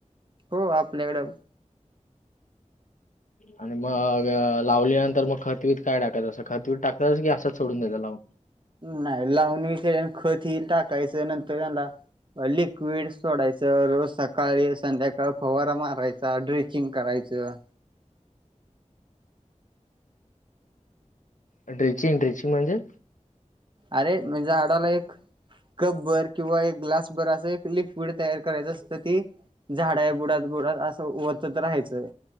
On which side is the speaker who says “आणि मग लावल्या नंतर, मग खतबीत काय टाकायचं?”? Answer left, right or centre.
Left